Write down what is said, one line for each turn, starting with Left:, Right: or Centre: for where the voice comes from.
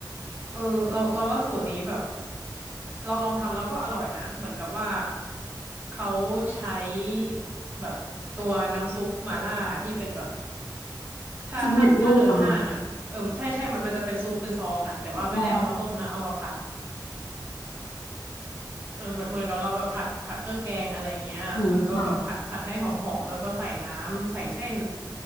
Right: เออเราเราว่าสูตรนี้แบบ เราลองทำแล้วก็อร่อยนะเหมือนกับว่าเขาใช้แบบตัวน้ำซุปหม่าล่าที่เป็นแบบถ้าถ้าถ้าเดินห้างอ่ะเออใช่ใช่มันมันจะเป็นซุปเป็นซองอ่ะแต่ว่าไม่ได้เอามาต้มนะเอามาผัด
Left: สำเร็จรูปอะค่ะอ๋อ
Right: เออเหมือนเหมือนกับเราแบบผัดผัดเครื่องแกงอะไรเงี้ยแล้วก็แบบผัดผัดให้หอมหอมแล้วก็ใส่น้ำใส่เส้น
Left: อืมค่ะ